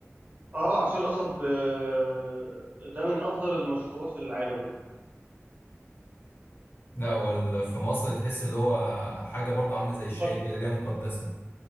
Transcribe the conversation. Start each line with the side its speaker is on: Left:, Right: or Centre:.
Right: اه عصير القصب آه، ده من افضل المشروبات في العالم
Left: لا هو ال- في مصر تحس اللي هو حاجه برضو عامله زي الشاي
Right: مقدس
Left: كده ليها مقدسه